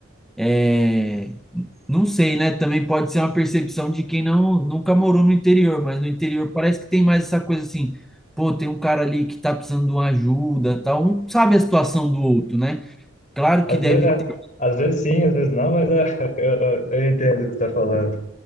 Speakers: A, in the centre; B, on the left.
A: é, não sei, né? Também pode ser uma percepção de quem não nunca morou no interior, mas no interior parece que tem mais essa coisa assim, pô, tem um cara ali que tá precisando de uma ajuda, tal, um sabe a situação do outro, né? Claro
B: Às
A: que deve
B: vezes, é,
A: ter,
B: às vezes sim, às vezes não, mas é, <laughs> eu, eu- eu entendo o que você está falando.